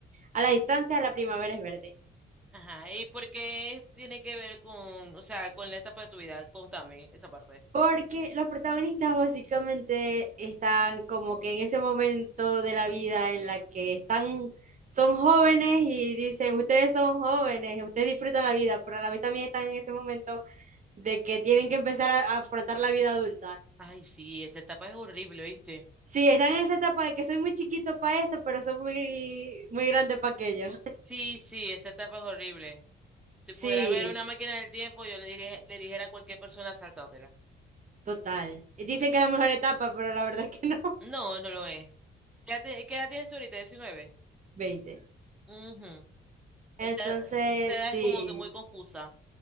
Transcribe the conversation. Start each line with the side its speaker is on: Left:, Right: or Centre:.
Right: A la distancia,
Centre: Bueno.
Right: la primavera es verde.
Centre: Ajá, ¿y por qué tiene que ver con, o sea, con la etapa de tu vida? Contame esa parte.
Right: Porque los protagonistas básicamente están como que en ese momento de la vida en la que están, son jóvenes y dicen, ustedes son jóvenes, ustedes disfrutan la vida, pero a la vez también están en ese momento de que tienen que empezar a, a afrontar la vida adulta.
Centre: Ay, sí, esa etapa es horrible, ¿viste?
Right: Sí, están en esa etapa de que soy muy chiquito para esto, pero soy muy, muy grande para aquello. <laughs>
Centre: Sí, sí, esa etapa es horrible. Si
Right: Sí,
Centre: pudiera ver una máquina del tiempo, yo le diré- le dijera a cualquier persona saltátela.
Right: total. Dicen
Centre: Eh,
Right: que es la mejor etapa, pero la verdad es que no.
Centre: No, no lo es. ¿Qué edad, ti- qué edad tienes tú ahorita? 19.
Right: <laughs> veinte
Centre: Ujú.
Right: Entonces,
Centre: Esa, esa edad
Right: sí.
Centre: es como que muy confusa.